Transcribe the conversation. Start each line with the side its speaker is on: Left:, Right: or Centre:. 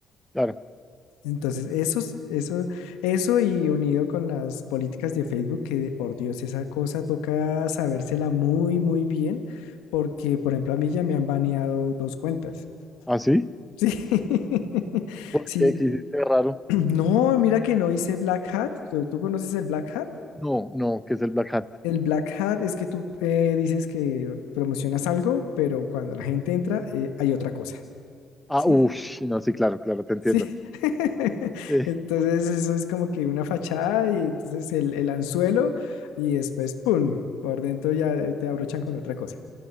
Centre: claro.
Left: Entonces, eso, es- eso, eso y unido con las políticas de Facebook, que por Dios, esa cosa toca sabérsela muy, muy bien, porque, por ejemplo, a mí ya me han baneado dos cuentas.
Centre: ¿Ah, sí
Left: Sí, <laughs>
Centre: ¿Por
Left: sí.
Centre: qué? ¿Qué
Left: <clears throat>
Centre: hiciste raro?
Left: No, mira que no hice Black Hat. ¿Tú, tú conoces el Black Hat?
Centre: No, no, que es el Black Hat.
Left: El Black Hat es que tú eh, dices que promocionas algo, pero cuando la gente entra, eh, hay otra cosa,
Centre: Ah,
Left: ¿sí?
Centre: uff, sí, no, sí, claro, claro, te entiendo.
Left: Sí. <laughs>
Centre: Sí,
Left: Entonces eso es como que una fachada y entonces el, el anzuelo y después, ¡pum! Por dentro ya eh, te abrochan con otra cosa.